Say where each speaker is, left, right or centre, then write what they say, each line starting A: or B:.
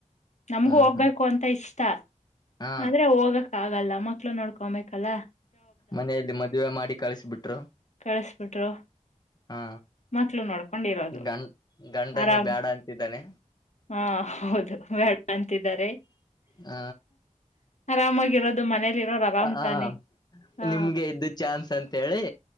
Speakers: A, on the left; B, on the left.
A: ನಮ್ಗು
B: ಹಾ
A: ಹೋಗ್ಬೇಕು
B: ಹಾ
A: ಅಂತ ಇಷ್ಟ
B: ಹಾ
A: ುತ್ತ ಅಂದ್ರೆ ಹೋಗಕ್ ಆಗಲ್ಲ ಮಕ್ಕ ಮಕ್ಲ ನೋಡ್ಕೊಬೇಕಲ್ಲಾ
B: ಮನೆಯಲ್ಲಿ ಮದುವೆ ಮಾಡಿ ಕಳಸಬಿಟ್ರು
A: ಕಳಸ್ಬಿಟ್ರು
B: ಹಾ
A: ಮಕ್ಳು ನೋಡ್ಕೊಂಡಿರೋದು
B: ಗಂಡ್ ಗಂಡನು
A: ಆರಾಮ್
B: ಬೇಡ ಅಂತಿದ್ದಾನೆ
A: ಹಾ ಹೌದು ಬೇಡ ಅಂತಿದ್ದಾರೆ
B: ಹ
A: ಆರಾಮಾಗಿರೋದು ಮನೇಲಿ ಇರೋರು ಆರಾಮ್
B: ಹ
A: ತಾನೆ ಹಾ
B: ನಿಮ್ಗೆ ಇದದ್ದು ಚಾನ್ಸ್ ಅಂತೇಳಿ